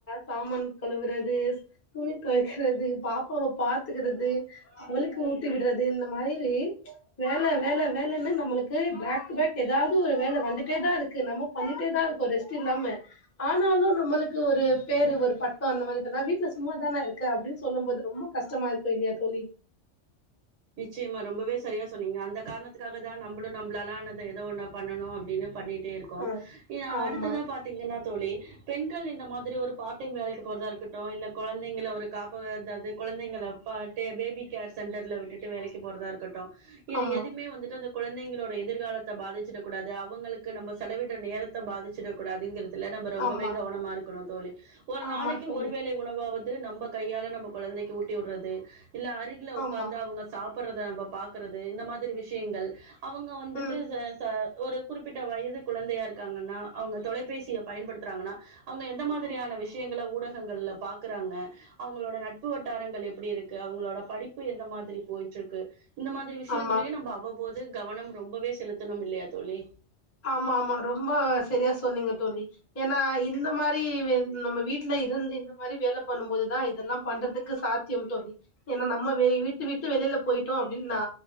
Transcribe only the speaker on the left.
சாமான் கழுவுறது துணி தொவைக்கிறது பாப்பாவ பாத்துக்கிறது அவளுக்கு ஊட்டி விட்றது இந்த மாரி வேல வேல வேலன்னு நம்மளுக்கு பேக் டு பேக் எதாது ஒரு வேல வந்துட்டே தா இருக் நம்ம பண்ணிட்டே தா இருக்கோ ரெஸ்ட் இல்லாம ஆனாலு நம்மளுக் ஒரு பேரு ஒரு பட்டோ அந்த மாரி தந்தா வீட்டுல சும்மா தானே இருக்க அப்டின்னு சொல்லும்போது ரொம்ப கஷ்டமா இருக்கு இல்லியா தோழி
ஆ
ஆமா
ஆமா
ஆமா
ஆமா
தோழி
ஆமா
ம்
ஆமா
ஆமாமா ரொம்ப சரியா சொன்னீங்க தோழி எனா இந்த மாரி வெ நம்ம வீட்ல இருந்து இந்த மாரி வேல பண்ணும் போதுதா இதெல்லாம் பண்றதுக்கு சாத்தியம் தோழி ஏன்னா நம்ம வெ வீட்ட விட்டு வெளில போயிட்டோ அப்டின்னா